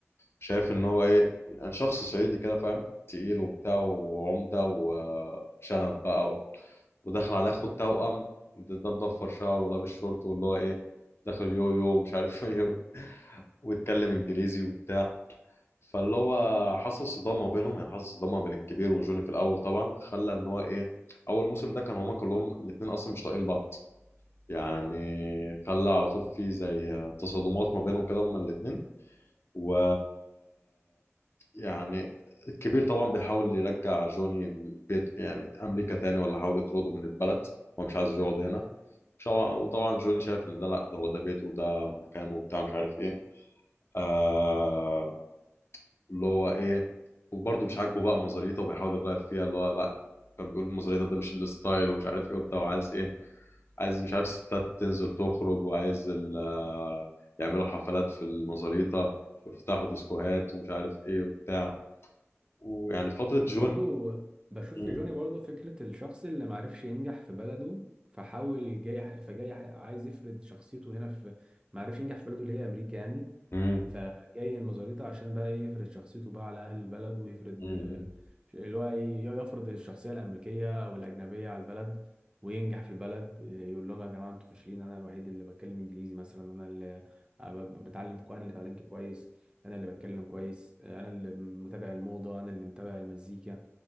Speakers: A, on the left; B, on the right.
A: شايف ان هو ايه يعني شخص صعيدي كده فاهم تقيل وبتاع وعمده وشنب بقى و- وداخل على اخو التوأم ده ده مضفر شعره ولابس شورت واللي هو ايه داخل يو يو ومش عارف <laughs> ايه ويتكلم انجليزي وبتاع فاللي هو حصل صدام ما بينهم يعني حصل صدام ما بين الكبير وجوني في الاول طبعا خلى ان هو ايه اول موسم ده كان هما كلهم الاتنين اصلا مش طايقين بعض يعني خلى على طول في زي تصادمات ما بينهم كده هما الاتنين و يعني الكبير طبعا بيحاول يرجع جوني بيت يعني امريكا تاني ولا حاول يطرده من البلد هو مش عايز يقعد هنا مش هو- وطبعا جوني شايف ان ده لا ده هو ده بيته وده مكانه وبتاع مش عارف ايه آه اللي هو ايه وبرضه مش عاجبه بقى مزاريته وبيحاول يغير فيها اللي هو لا كان بيقول مزاريته ده مش الستايل ومش عارف ايه وبتاع وعايز ايه عايز مش عارف ستات تنزل تخرج وعايز ال- آه، يعملوا حفلات في المزاريطة ويفتحوا ديسكوهات ومش عارف ايه وبتاع ويعني فترة جون
B: برضو بشوف
A: مم.
B: في جوني برضو فكرة الشخص اللي معرفش ينجح في بلده فحاول جاي فجاي عايز يفرض شخصيته هنا في معرفش ينجح في بلده اللي هي أمريكا يعني
A: امم
B: فجاي المزاريطة عشان بقى إيه يفرض شخصيته بقى على أهل البلد ويفرض
A: مم.
B: آه، اللي هو إيه يفرض الشخصية الأمريكية أو الأجنبية على البلد وينجح في البلد آه، يقول لهم يا جماعة أنتوا فاشلين أنا الوحيد اللي بتكلم إنجليزي مثلا أنا اللي آه، ب- ب- بتعلم كو- أنا اللي اتعلمت كويس انا اللي بتكلم كويس آه، انا اللي متابع الموضه انا اللي متابع المزيكا